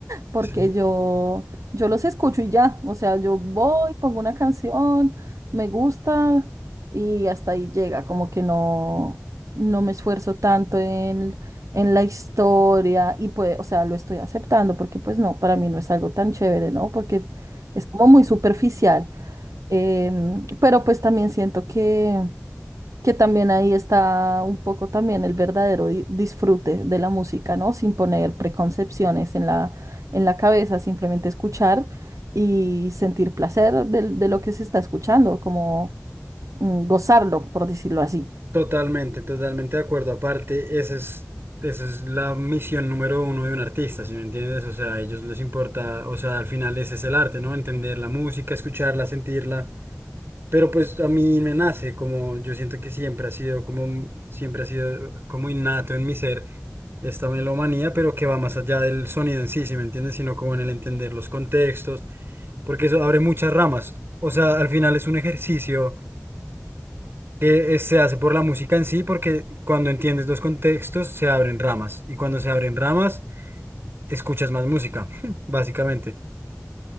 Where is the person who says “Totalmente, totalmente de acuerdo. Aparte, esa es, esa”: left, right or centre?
Right